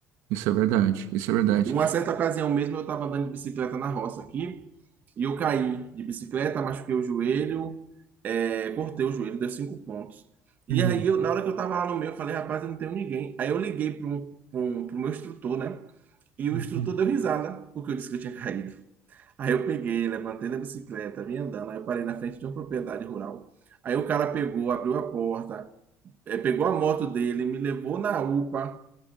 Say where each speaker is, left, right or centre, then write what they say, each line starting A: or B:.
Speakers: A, on the right; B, on the right.
A: Isso é verdade. Isso é verdade.
B: Em uma certa ocasião mesmo, eu estava andando de bicicleta na roça aqui e eu caí de bicicleta, machuquei o joelho, é, cortei o joelho, deu cinco pontos. E
A: Uhum,
B: aí, eu, na hora que eu estava lá no meio, eu falei, rapaz, eu não tenho ninguém. Aí eu liguei para o meu instrutor, né? E
A: uhum,
B: o instrutor deu risada, porque eu disse que eu tinha caído. Aí eu peguei, levantei da bicicleta, vim andando, aí eu parei na frente de uma propriedade rural. Aí o cara pegou, abriu a porta, eh, pegou a moto dele, me levou na UPA,